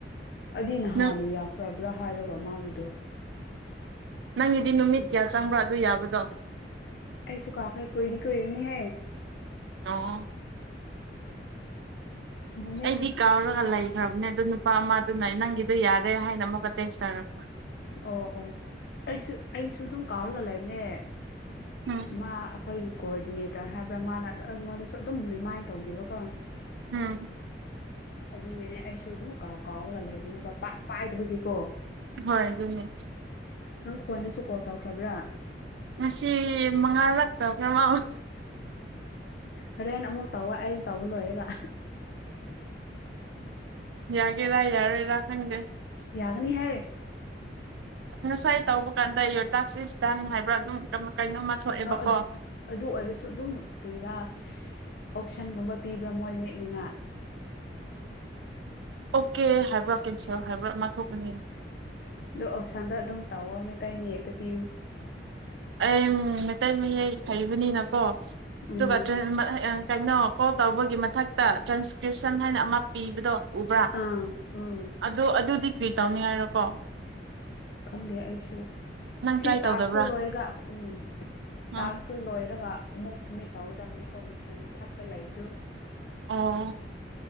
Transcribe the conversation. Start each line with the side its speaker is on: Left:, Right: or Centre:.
Left: ꯑꯩꯗꯤ
Right: ꯎꯝ
Left: ꯅꯍꯥꯟꯅ ꯌꯥꯈ꯭ꯔꯕ꯭ꯔꯥ ꯍꯥꯏꯔꯒ ꯃꯥꯒꯤꯗꯣ
Right: ꯅꯪꯒꯤꯗꯤ ꯅꯨꯃꯤꯠ
Left: ꯁꯤ
Right: ꯀꯌꯥ ꯆꯪꯕ꯭ꯔꯥ ꯑꯗꯨ ꯌꯥꯕꯗꯣ
Left: ꯑꯩꯁꯨ ꯀꯥꯎꯈ꯭ꯔꯦ ꯀꯨꯏꯗꯤ <inaudible>
Right: ꯑꫭ
Left: ꯅꯨꯃꯤꯠ
Right: ꯑꯩꯗꯤ ꯀꯥꯎꯔꯒ ꯂꯩ ꯂꯩꯈ꯭ꯔꯕꯅꯦ ꯑꯗꯨ ꯅꯨꯄꯥ ꯑꯃꯗꯨꯅ ꯅꯪꯒꯤꯗꯣ ꯌꯥꯔꯦ ꯍꯥꯏꯅ ꯑꯃꯨꯛ ꯇꯦꯛꯁ ꯊꯥꯔꯛ
Left: ꯑꯣ ꯑꯣ ꯑꯩꯁꯨ ꯑꯩꯁꯨ ꯑꯗꯨꯝ ꯀꯥꯎꯔꯒ ꯂꯩ ꯅꯦ
Right: ꯎꯝ
Left: ꯃꯥ ꯑꯩꯈꯣꯏꯒꯤ ꯀꯣꯑꯣꯔꯗꯤꯅꯦꯇꯔ ꯍꯥꯏꯕ꯭ꯔꯥ ꯃꯥꯅ ꯑꯉꫭꯟꯗꯁꯨ ꯑꯗꯨꯝ ꯔꯤꯃꯥꯏꯟ ꯇꯧꯕꯤꯕꯀꯣ
Right: ꯎꯝ
Left: ꯑꯗꯨꯅꯅꯦ ꯑꯩꯁꯨ ꯑꯗꯨꯝ ꯀꯥꯎ ꯀꯥꯎꯔꯒ ꯂꯩꯕꯅꯦꯕ ꯄꯥꯛ ꯄꯥꯏꯗꯕꯒꯤꯀꯣ
Right: ꯍꯣꯏ ꯑꯗꯨꯝꯅꯦ
Left: ꯅꯪ ꯈꫭꯟꯗꯁꯨ ꯀꯣꯜ ꯇꯧꯈ꯭ꯔꯕ꯭ꯔꯥ
Right: ꯉꯁꯤ ꯃꯉꯥ ꯂꯛ ꯇꯩꯈ꯭ꯔꯦ ꯃꯥ
Left: ꯍꫭꯔꯦꯟ ꯑꯃꯨ ꯇꯧꯋꫭ ꯑꯩꯁꯨ ꯇꯧ ꯂꯣꯏꯔꯒ
Right: ꯌꯥꯒꯦꯔ ꯌꯥꯔ ꯑꯦꯔ ꯍꯪꯗꯦ
Left: ꯌꯥꯒꯅꯤ ꯍꯥꯏ
Right: ꯉꯁꯥꯏ ꯇꯧꯕ ꯀꯥꯟꯗ ꯌꯣꯔꯇꯥꯛꯁꯦ ꯏꯁꯇꯟ ꯍꯥꯏꯕ꯭ꯔꯥ ꯑꯗꯨꯝ ꯀꯩꯅꯣꯝꯃ ꯊꯣꯛꯑꯦꯕꯀꯣ
Left: ꯑ ꯑꯗꯨ ꯑꯣꯏꯔꯁꯨ ꯑꯗꯨꯝ ꯀꯔꯤꯔꯥ ꯑꯣꯞꯁꯟꯒꯨꯝꯕ ꯄꯤꯕ꯭ꯔ ꯃꯣꯏ ꯃꯦꯠꯅꯤꯉꯥꯏ
Right: ꯑꯣꯀꯦ ꯍꯥꯏꯕ꯭ꯔꯥ ꯀꯦꯟꯁꯦꯜ ꯍꯥꯏꯕ꯭ꯔꯥ ꯃꯥ ꯊꯣꯂꯥꯛꯀꯅꯤ
Left: ꯑꯗꯣ ꯑꯁꯥꯟꯗ ꯑꯗꯨꯝ ꯇꯥꯎꯑꯣ ꯃꯇꯩꯥꯏ ꯃꯌꯦꯛꯇ ꯄꯤ
Right: ꯑꯩ ꯃꯥꯇꯥꯏ ꯃꯌꯥꯏ ꯍꯥꯏꯩꯕꯅꯤ ꯅ ꯀꯣ ꯑꯗꯨꯕꯥꯇ
Left: ꯎꯝ
Right: ꯀꯥꯏꯅꯣ ꯀꯣꯜ ꯇꯧꯕꯒꯤ ꯃꯊꯛꯇ ꯇ꯭ꯔꯥꯟꯁꯀ꯭ꯔꯤꯞꯁꯟ ꯍꯥꯏꯅ ꯑꯃ ꯄꯤꯕꯗꯣ ꯎꯕꯔꯥ
Left: ꯑꯥ ꯎꯝ
Right: ꯑꯗꯣ ꯑꯗꯨꯗꯤ ꯀ꯭ꯔꯤ ꯇꯧꯅꯤ ꯍꯥꯏꯔꯣꯀꯣ
Left: ꯈꯪꯗꯦ ꯑꯩꯁꯨ ꯁꯤ
Right: ꯇ꯭ꯔꯥꯏ
Left: ꯇꯥꯛꯁꯇꯣ
Right: ꯇꯧꯗꯕ꯭ꯔꯥ
Left: ꯂꯣꯏꯔꯒ ꯎꯝ
Right: ꯑꯥ
Left: ꯇꯥꯛꯁꯇꯣ ꯂꯣꯏꯔꯒ ꯑꯃꯨꯛ ꯁꯃꯤꯠ ꯇꯧꯒꯗꯕꯅꯤꯀꯣ ꯃꯊꯪ ꯃꯊꯛꯇ ꯂꯩꯕꯗꯨ
Right: ꯑꯣ